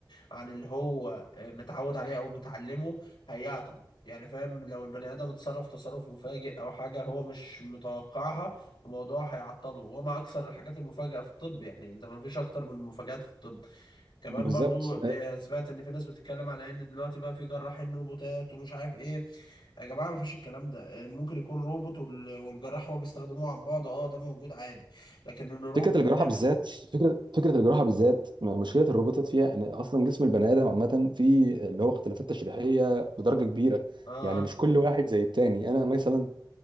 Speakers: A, on the left (about 80°); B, on the right (about 75°).
A: عن اللي هو متعود عليه او متعلمه هيعطل يعني فاهم لو البني ادم اتصرف تصرف مفاجئ او حاجه هو مش متوقعها الموضوع هيعطله وما اكثر الحاجات المفاجئه في الطب يعني انت ما فيش اكتر من المفاجآت في الطب كمان
B: بالظبط
A: برضو آه، سمعت ان في ناس بتتكلم على ان دلوقتي بقى في جراحين روبوتات ومش عارف ايه يا جماعه ما فيش الكلام ده آه، ممكن يكون روبوت وال- والجراح هو بيستخدموه عن بعد اه ده موجود عادي لكن ان روبوت
B: فكره الجراحه
A: كامل
B: بالذات فكره فكره الجراحه بالذات م- مشكله الروبوتات فيها ان اصلا جسم البني ادم عامه فيه اللي هو اختلافات تشريحيه بدرجه كبيره
A: اه
B: يعني مش كل واحد زي التاني انا مثلا